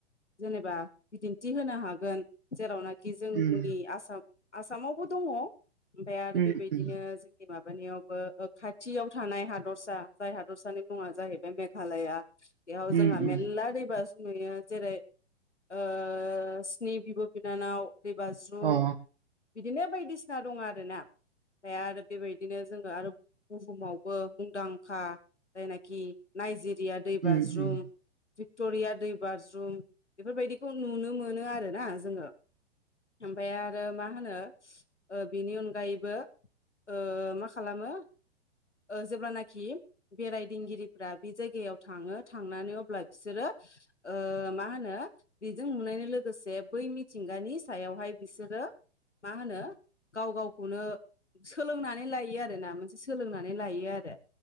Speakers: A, on the left; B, on the right.
A: जेनेबा बिदिन्थि होनो हागोन जेरावनाखि जोंनि
B: उम
A: आसाम आसामावबो दङ ओमफ्राय आरो
B: उम
A: बेबायदिनो
B: उम
A: जोंनि माबानियावबो खा थियाव थानाय हादरसा जाय हादरसानि मुङा जाहैबाय मेघालया बेयाव
B: उम
A: जोंहा
B: उम
A: मेरला दै बाज्रुम जों नुयो जेरै ओ स्नि बिब' बिनानाव दै बाज्रुम
B: अ
A: बिदिनो बायदिसिना दङ आरोना ओमफ्राय आरो बेबायदिनो जोङो आरो बुहुमावबो मुंदांखा जायनाखि नायजेरिया दै
B: उम
A: बाज्रुम
B: उम
A: स्टरिया दै बाज्रुम बेफोरबायदिखौ नुनो मोनो आरोना जोङो ओमफ्राय आरो मा होनो बिनि अनगायैबो ओ मा खालामो ओ जेब्लानाखि बेरायदिंगिरिफ्रा बे जायगायाव थाङो थांनानै अब्ला बिसोरो ओ मा होनो बेजों नुनायजों लोगोसे बै मिथिंगानि सायावहाय बिसोरो मा होनो गाव गावखौनो सोलोंनानै लायो आरोना मोनसे सोलोंनानै लायो आरो